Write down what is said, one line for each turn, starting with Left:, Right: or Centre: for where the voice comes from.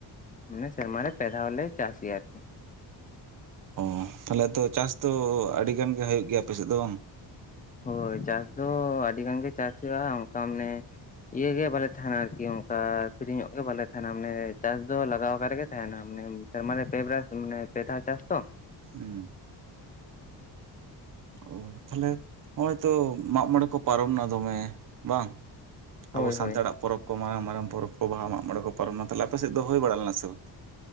Left: ᱢᱟᱱᱮ ᱥᱮᱨᱢᱟᱨ ᱨᱮ ᱯᱮ ᱫᱷᱟᱣᱞᱮ ᱪᱟᱥ ᱜᱮᱭᱟ ᱟᱨᱠᱤ᱾
Right: ᱚ ᱛᱟᱦᱞᱮ ᱛᱚ ᱪᱟᱥ ᱫᱚ ᱟᱹᱰᱤ ᱜᱟᱱ ᱜᱮ ᱦᱩᱭᱩᱜ ᱜᱮᱭᱟ ᱟᱯᱮ ᱥᱮᱫ ᱫᱚ᱾
Left: ᱦᱳᱭ ᱪᱟᱥ ᱫᱚ ᱟᱹᱰᱤ ᱜᱟᱱ ᱜᱮ ᱪᱟᱥ ᱦᱩᱭᱩᱜᱼᱟ ᱚᱱᱠᱟ ᱢᱟᱱᱮ᱾ ᱤᱭᱟᱹ ᱜᱮ ᱵᱟᱞᱮ ᱛᱟᱦᱮᱱᱟ ᱟᱨᱠᱤ ᱚᱱᱠᱟ, ᱯᱤᱨᱤᱧᱚᱜ ᱜᱮ ᱵᱟᱞᱮ ᱛᱟᱦᱮᱱᱟ ᱢᱟᱱᱮ ᱪᱟᱥ ᱫᱚ ᱞᱟᱜᱟᱣᱠᱟ ᱨᱮᱜᱮ ᱛᱟᱦᱮᱱᱟ ᱢᱟᱱᱮ᱾ ᱥᱮᱨᱢᱟ ᱨᱮ ᱯᱮ ᱵᱨᱟᱥ ᱢᱟᱱᱮ ᱯᱮ ᱫᱷᱟᱣ ᱪᱟᱥ ᱛᱚ᱾
Right: ᱦᱩᱸ ᱚ ᱛᱟᱦᱞᱮ ᱦᱚᱼᱚᱭ ᱛᱚ ᱢᱟᱜ ᱢᱚᱬᱮ ᱠᱚ ᱯᱟᱨᱚᱢ ᱮᱱᱟ ᱫᱚᱢᱮ ᱵᱟᱝ᱾
Left: ᱦᱳᱭ
Right: ᱟᱵᱚ ᱥᱟᱱᱛᱟᱲᱟᱜ
Left: ᱦᱳᱭ
Right: ᱯᱚᱨᱚᱵᱽ ᱠᱚ ᱢᱟᱨᱟᱝ ᱢᱟᱨᱟᱝ ᱯᱚᱨᱚᱵᱽ ᱠᱚ ᱵᱟᱦᱟ ᱢᱟᱜ ᱢᱚᱬᱮ ᱠᱚ ᱯᱟᱨᱚᱢᱱᱟ ᱛᱟᱦᱞᱮ ᱟᱯᱮ ᱥᱮᱫ ᱫᱚ ᱦᱩᱭ ᱵᱟᱲᱟ ᱞᱮᱱᱟ ᱥᱮ ᱵᱟᱝ᱾